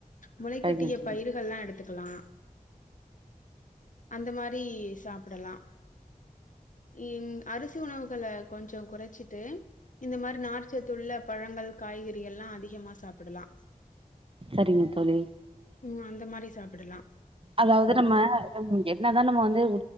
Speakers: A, on the left; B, on the right.
A: முளை
B: சரிங்க
A: கட்டிய
B: தோழி
A: பயிர்கள்லா எடுத்து க்கலாம் அந்த மாதிரி சாப்புடலாம் ஹும் அரிசி உணவுகள கொஞ்சம் கொறைச்சிட்டு இந்த மாதிரி நாச்சத்துள்ள பழங்கள் காய்கறிகள் எல்லாம் அதிகமா சாப்புடலாம்
B: சரிங்க தோழி
A: உம் அந்த மாரி சாப் டுலாம்
B: அதாவது நம்ம என்னதான் நம்ம வந்து